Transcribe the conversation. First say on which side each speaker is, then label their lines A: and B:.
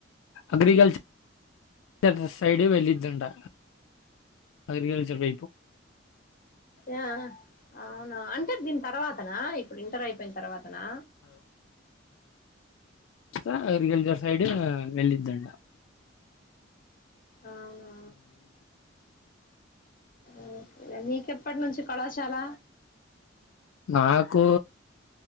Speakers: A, on the left; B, on the left.
A: అగ్రికల్చర్ సైడ్ వెళ్ళిద్దంటా అగ్రికల్చర్ పైపు
B: ఆ అవునా అంటే దీని తర్వాతనా ఇప్పుడు ఇంటర్ అయిపోయిన తర్వాతనా
A: అ అగ్రికల్చర్ సైడ్ వెళ్లిదంట
B: అవున ఒకేలే మీకెప్ ఏప్పటి నుంచి కళాశాల
A: నాకు